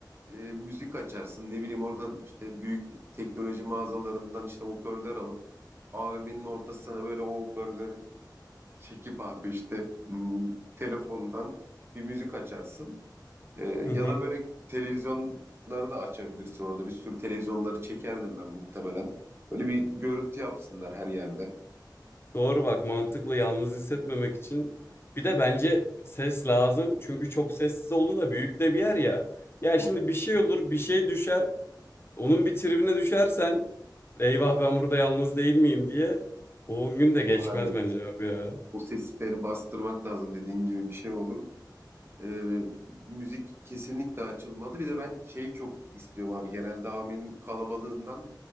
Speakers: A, on the right; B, on the left.
A: e, müzik açarsın. Ne bileyim oradan işte büyük teknoloji mağazalarından işte hoparlör alıp AVM'nin ortasına böyle o hoparlörleri çekip abi işte hmm, telefondan bir müzik açarsın. E, ya
B: Hı hı.
A: da böyle televizyonları da açabilirsin orada. Bir sürü televizyonları çekerdim ben muhtemelen. Böyle bir görüntü yapsınlar her yerde.
B: Doğru bak mantıklı yalnız hissetmemek için. Bir de bence ses lazım. Çünkü çok sessiz olduğunda büyük de bir yer ya. Ya
A: Hı,
B: şimdi bir şey olur, bir şey düşer. Onun bir tribine düşersen eyvah ben burada yalnız değil miyim diye. O on gün de geçmez
A: aa, Evet.
B: bence abi ya.
A: O sesleri bastırmak lazım dediğin gibi bir şey olur. Eee, müzik kesinlikle açılmadı. Bir de ben şeyi çok istiyorum abi. Genelde AVM'nin kalabalığından